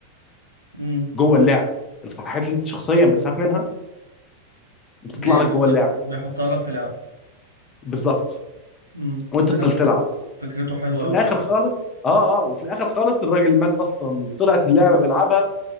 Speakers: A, on the right (about 85°); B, on the left (about 25°).
A: امم
B: جوه اللعبه الحاجات اللي انت شخصيا بتخاف منها بتطلع
A: بيحطك
B: لك جوه اللعبه دي
A: بيحطها لك في لعب
B: بالظبط
A: امم
B: وانت
A: ده
B: تفضل تلعب
A: ده فكرته حلوة
B: وفي
A: قوي
B: الاخر
A: يعني
B: خالص اه اه وفي الاخر خالص الراجل مات اصلا وطلعت اللعبه بيلعبها